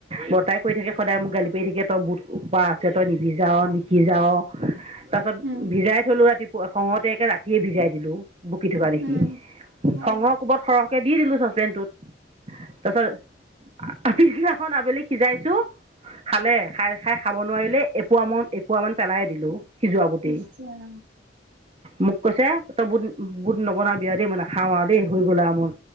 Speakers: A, on the right (about 30°); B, on the right (about 80°).
A: বৰ্তাই কৰি থাকে সদায় মোক গালি পাৰি থাকে তই বহুত উপাহ আছে তই নিহিজাও <unintelligible> সিজাওঁ তাৰপাছত
B: উম,
A: ভিজাই থলোঁ ৰাতিপুৱা খঙতে একে ৰাতিয়ে ভিজাই দিলোঁ <unintelligible> বুকি থকা দেখি
B: উম, হয়।
A: খঙৰ কোবত সৰহকে দি দিলো ছাচপেনডটোত <unintelligible> তাৰ পাছত পিছনাদিনাখন আবেলি সিজাইছো খালে খাই খাই খাব নোৱাৰিলে এপোৱা ম এপোৱা মান পেলাই দিলো সিজোৱা বুটেই
B: নিশ্চয়
A: মোক কৈছে তই বুধ বুট নবনাবি আউ দেই মানে নাখাও খাৱা দেই হৈ গ'ল মোৰ